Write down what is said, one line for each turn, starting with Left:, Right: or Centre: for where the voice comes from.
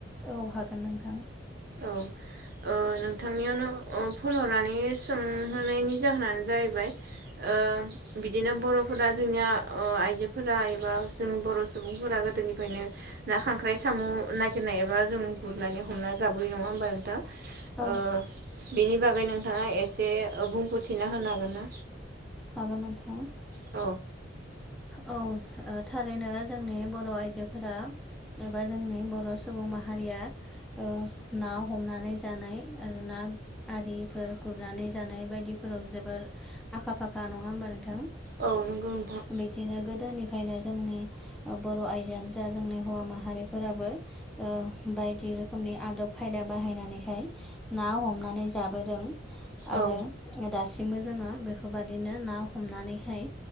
Centre: औ हागोन नोंथां।
Right: औ। ओ नोंथांनियावनो फन हरनानै सोंहोनायनि जाहोनानो जाहैबाय। ओ ओ बिदिनो बर'फोरा जोंनिया, ओ आइजोफोरा एबा जोंनि बर' सुबुंफोरा गोदोनिफ्रा <unintelligible> ना खांख्राइ साम' नागिरनाय एबा जों गुरनानै हमना जाबोयो। नङा होमबा नोंथां?
Centre: औ
Right: ओ बेनि बागै नोंथाङा एसे ओबुंफोरथिना होनो हागोन ना?
Centre: हागोन नोंथां
Right: औ
Centre: औ ओ थारैनो जोंनि बर' आइजोफोरा एबा जोंनि बर' सुबुं माहारिया ओ ना हमनानै <unintelligible> जानाय आरो ना आरिफोर गुरनानै जानाय बायदिफोराव जोबोर आखा -फाखा। <unintelligible> नङा होमबा नोंथां?
Right: औ नोंगौ नोंथां।
Centre: बिदिनो गोदोनिफ्रायनो जोंनि बर' आयजोआनो जा जोंनि हौवा माहारिफोराबो ओ बायदि रोखोमनि आदब खायदा बाहायनानैहाय ना हमनानै जाबोदों। आरो
Right: औ
Centre: दासिमबो जोङो बेफोरबादि बिदिनो ना हमनानैहाय।